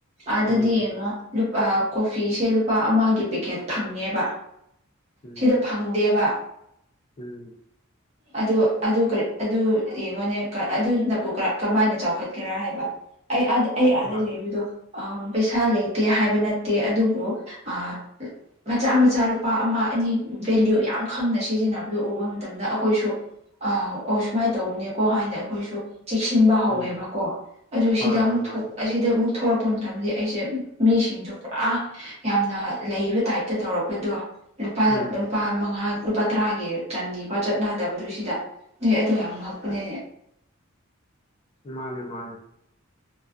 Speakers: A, on the right; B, on the left.
A: ꯑꯗꯨꯗꯤ
B: ꯎꯝ
A: ꯌꯦꯡꯉꯣ ꯂꯨꯄꯥ ꯀꯣꯐꯤꯁꯦ ꯂꯨꯄꯥ ꯑꯃꯒꯤ ꯄꯦꯛꯀꯦꯠ ꯐꯪꯉꯦꯕ
B: ꯎꯝ
A: ꯁꯤꯗ ꯐꯪꯗꯦꯕ
B: ꯎꯝ
A: ꯑꯗꯣ ꯑꯗꯨ ꯀꯥꯔꯤ ꯑꯗꯨ ꯌꯦꯡꯉꯣꯅꯦ ꯑꯗꯨꯅꯕꯨ ꯀꯥ ꯀꯃꯥꯏꯅ ꯆꯥꯎꯈꯠꯀꯦꯔꯥ ꯍꯥꯏꯕ ꯑꯩ ꯑꯥꯗ ꯑꯩ ꯑꯥꯗ
B: ꯍꯣꯏ
A: ꯂꯩꯕꯤꯗꯣ ꯑꯥꯝ ꯄꯩꯁꯥ ꯂꯩꯇꯦ ꯍꯥꯏꯕ ꯅꯠꯇꯦ ꯑꯗꯨꯕꯨ ꯑꯥ ꯃꯆꯥ ꯃꯆꯥ ꯂꯨꯄꯥ ꯑꯃ ꯑꯅꯤ ꯚꯦꯂꯌꯨ ꯌꯥꯝ ꯈꯪꯅ ꯁꯤꯖꯤꯟꯅꯕꯗꯨ ꯎꯕ ꯃꯇꯝꯗ ꯑꯩꯈꯣꯏꯁꯨ ꯑ ꯑꯣ ꯁꯨꯃꯥꯏꯅ ꯇꯧꯕꯅꯦꯀꯣ ꯍꯥꯏꯅ ꯑꯩꯈꯣꯏꯁꯨ ꯆꯦꯛꯁꯤꯟꯕ ꯍꯧꯋꯦꯕꯀꯣ
B: ꯎꯝ
A: ꯑꯗꯨ
B: ꯍꯣꯏ
A: ꯁꯤꯗ ꯑꯃꯨꯛ
B: ꯍꯣꯏ ꯃꯥꯅꯤ
A: ꯊꯣꯛꯄ <unintelligible> ꯑꯁꯤꯗ ꯑꯃꯨꯛ ꯊꯣꯛꯂꯛꯄ ꯃꯇꯝꯗ ꯑꯩꯁꯦ ꯃꯤꯁꯤꯡꯁꯨ ꯄꯨꯔꯥ ꯌꯥꯝꯅ ꯂꯩꯕ ꯇꯥꯏꯞꯇ ꯇꯧꯔꯛꯄꯗꯣ ꯂꯨꯄꯥ
B: ꯎꯝ
A: ꯂꯨꯄꯥ ꯃꯉꯥ ꯂꯨꯄꯥ ꯇꯔꯥꯒꯤ ꯆꯟꯗꯤꯐꯥꯎ ꯆꯠꯅꯥꯗꯕꯗꯣ ꯁꯤꯗꯥ ꯑꯦ ꯑꯩꯗꯣ ꯌꯥꯝ ꯉꯛꯄꯅꯦ
B: ꯃꯥꯅꯦ ꯃꯥꯅꯦ